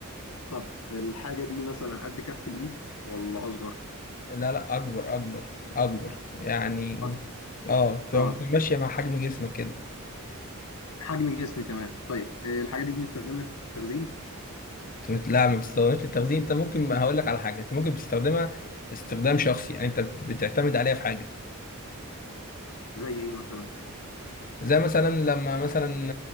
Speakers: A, on the left; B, on the left.
A: طب الحاجة دي مثلا قد كف الإيد ولا أصغر؟
B: لا لا اكبر اكبر اكبر يعني
A: أكبر
B: اه تبقى
A: اه
B: ماشيه مع حجم جسمك كده
A: حجم جسم كمان طيب آه، الحاجة دي بنستخدمها للتخزين
B: أنت- لا ما بتستخدمهاش للتخزين انت ممكن هقول لك على حاجه انت ممكن بتستخدمها استخدام شخصي يعني انت بتعتمد عليها في حاجه
A: زي إيه مثلا؟
B: زي مثلا لما مثلا